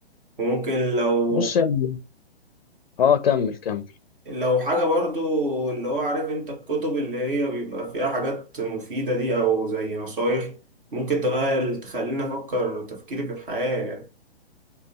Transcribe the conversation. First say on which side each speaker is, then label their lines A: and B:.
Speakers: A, on the right; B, on the left.
A: وممكن لو
B: بص يعني اه كمل كمل
A: لو حاجة برضو اللي هو عارف انت الكتب اللي هي بيبقى فيها حاجات مفيدة دي او زي نصايح ممكن تغير تخليني افكر تفكيري في الحياة يعني